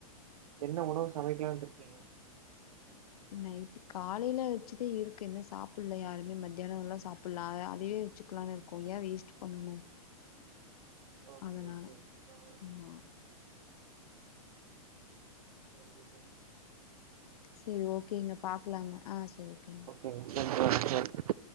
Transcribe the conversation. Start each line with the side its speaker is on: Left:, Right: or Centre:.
Right: என்ன உணவு சமைக்கலான்ட்டு இருக்கீங்க
Left: நைட்டு காலையில வச்சதே இருக்கு இன்னு சாப்பில்ல யாருமே மத்தியானொல்லா சாப்புல்லா அ அதயே வச்சுக்கலான்னு இருக் கொய்யா வேஸ்ட் பண்ணணு
Right: ஓகே
Left: அதனால
Right: ஓகே நான்
Left: ஆமா
Right: சரி
Left: செரி ஓகேங்க பாக்கலாங்க ஆ செரி ஓகேங்க
Right: எங் <inaudible>